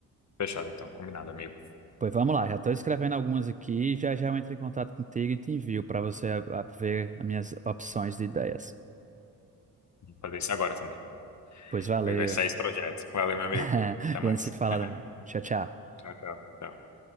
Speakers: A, on the left (about 50°); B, on the right (about 20°).
A: Fechado então, combinado, amigo.
B: Pois vamos lá, já estou escrevendo algumas aqui. Já já eu entro em contato contigo e te envio para você a- a- ver as minhas opções de ideias.
A: Vou fazer isso agora também.
B: Pois valeu.
A: Pois vai sair esse projeto. Valeu, meu amigo.
B: <laughs>
A: Até mais.
B: A gente se fala.
A: <laughs>
B: Tchau, tchau.
A: Tchau, tchau. tchau.